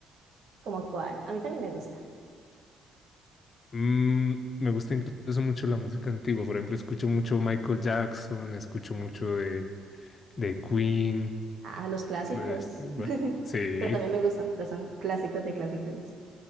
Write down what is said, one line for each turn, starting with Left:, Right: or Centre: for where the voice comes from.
Right: ¿Como cuál? A mí también me gusta.
Left: Mm, me gusta incluso mucho la música antigua. Por ejemplo, escucho mucho Michael Jackson, escucho mucho de, de Queen,
Right: Ah, los clásicos.
Left: de este, igual.
Right: <laughs>
Left: Sí,
Right: Pero también me gustan, pero son clásicos de clásicos.